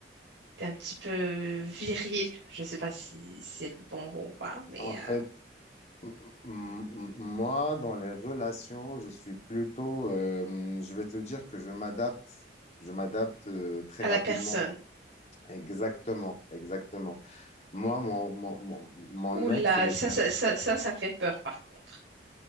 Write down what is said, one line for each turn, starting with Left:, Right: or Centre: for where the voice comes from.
Right: t'es un petit peu viril? Je sais pas si c'est le bon mot ou pas, mais
Left: En fait,
Right: euh,
Left: m- m- m- moi, dans les relations, je suis plutôt, euh, je vais te dire que je m'adapte, je m'adapte euh, très
Right: à la
Left: rapidement.
Right: personne.
Left: Exactement, exactement. Moi, mon, mon, mon, mon
Right: Ouh là,
Left: ex, elle
Right: ça,
Left: était...
Right: ça, ça, ça, ça fait peur, par contre.